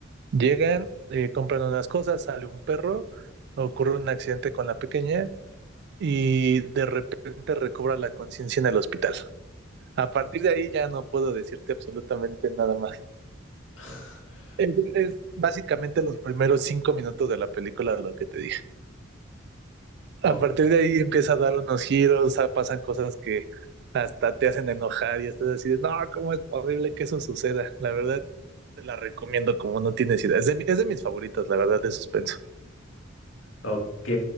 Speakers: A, on the right (about 55°); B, on the left (about 75°).
A: llegan, eh, compran unas cosas, sale un perro, ocurre un accidente con la pequeña y de repente recobra la conciencia en el hospital. A partir de ahí ya no puedo decirte absolutamente nada más.
B: <laughs>
A: Es, es básicamente los primeros cinco minutos de la película lo que te dije.
B: Ok,
A: A partir de ahí empieza a dar unos giros, ah, pasan cosas que hasta te hacen enojar y estás así de, no, ¿cómo es posible que eso suceda? La verdad, te la recomiendo como no tienes idea. Es de, mi- es de mis favoritas, la verdad, de suspenso.
B: Ok,